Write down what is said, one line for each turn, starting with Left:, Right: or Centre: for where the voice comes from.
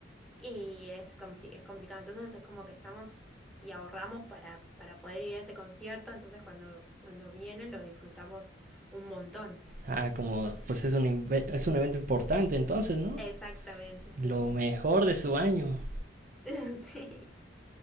Centre: Y es compli- es complicado. Entonces es como que estamos y ahorramos para, para poder ir a ese concierto. Entonces cuando, cuando vienen lo disfrutamos un montón.
Right: Ah, como pues es un, inve- es un evento importante entonces, ¿no?
Centre: Exactamente, sí,
Right: Lo
Centre: sí.
Right: mejor de su año.
Centre: <laughs> Sí.